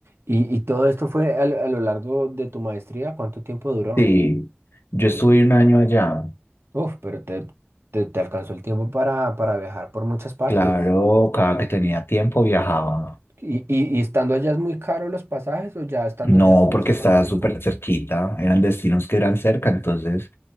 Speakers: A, on the right; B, on the left.
A: Y, y todo esto fue a, lo a lo largo de tu maestría, ¿cuánto tiempo duró?
B: Sí, yo estuve un año allá.
A: Uf, pero te, te, te alcanzó el tiempo para, para viajar por muchas partes.
B: Claro, cada que tenía tiempo viajaba.
A: ¿Y, y, y estando allá es muy caro los pasajes o ya estando
B: No,
A: allá es más
B: porque
A: económico?
B: estaba súper cerquita, eran destinos que eran cerca, entonces,